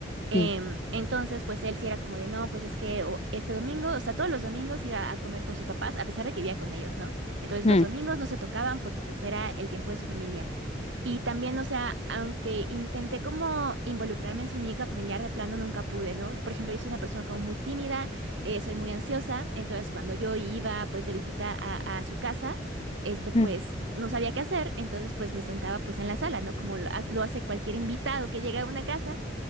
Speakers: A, on the left; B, on the right.
A: sí.
B: Em, entonces, pues él sí era como de, no, pues es que o- este domingo, o sea, todos los domingos iba a comer con sus papás, a pesar de que vivía con ellos, ¿no? Entonces
A: Mm,
B: los domingos no se tocaban porque pues era el tiempo de su familia. Y también, o sea, aunque intenté como involucrarme en su única familiar, de plano nunca pude, ¿no? Por ejemplo, yo soy una persona como muy tímida, eh, soy muy ansiosa, entonces cuando yo iba pues de visita a, a su casa, este pues
A: mm.
B: no sabía qué hacer, entonces pues me sentaba pues en la sala, ¿no? Como lo lo hace cualquier invitado que llega a una casa.